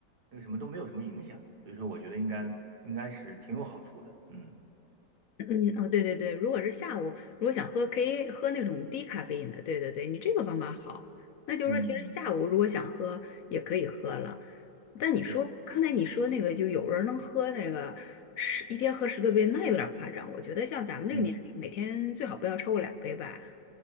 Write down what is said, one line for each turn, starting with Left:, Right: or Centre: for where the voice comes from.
Right: 那个什么都没有什么影响，所以说我觉得应该应该是挺有好处的。嗯
Left: 嗯，哦，对对对，如果是下午，如果想喝，可以喝那种低咖啡因的。对对对，你这个方法好。那就是说，
Right: 嗯，
Left: 其实下午如果想喝，也可以喝了。但你说刚才你说那个，
Right: 对，
Left: 就有人能喝那个十一天喝十多杯，那有点夸张。我觉得像咱们这个年龄，
Right: 嗯。
Left: 每天最好不要超过两杯吧。